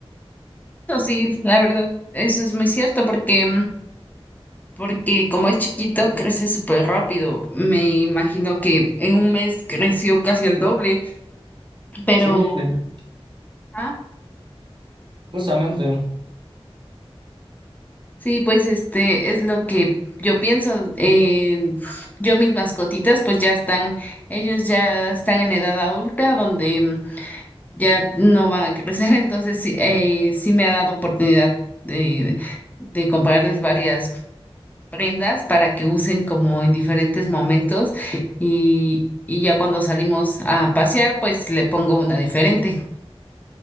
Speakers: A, on the left; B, on the right.
A: Eso sí, la verdad, eso es muy cierto porque porque como es chiquito, crece súper rápido. Me imagino que en un mes creció casi el doble, pero
B: Sí, de-
A: ah,
B: justamente.
A: sí, pues este es lo que yo pienso. eh, yo mis mascotitas, pues ya están, ellos ya están en edad adulta, donde mm, ya no van a crecer, <laughs> entonces sí, eh, sí me ha dado oportunidad de, de comprarles varias. prendas para que usen como en diferentes momentos y, y ya cuando salimos a pasear, pues le pongo una diferente.